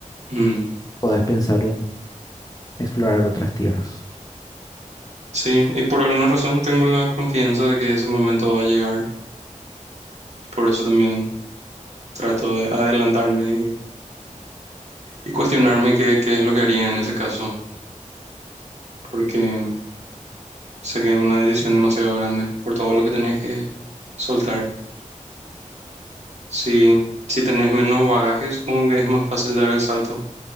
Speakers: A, on the right; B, on the left.
A: Mm.
B: podés pensar en explorar otras tierras.
A: Sí, y por alguna razón tengo la confianza de que ese momento va a llegar y por eso también trato de adelantarme y, y cuestionarme qué, qué es lo que haría en ese caso, porque Sé que es una decisión demasiado grande por todo lo que tenés que soltar. Si, si tenés menos bagaje, supongo que es más fácil dar el salto.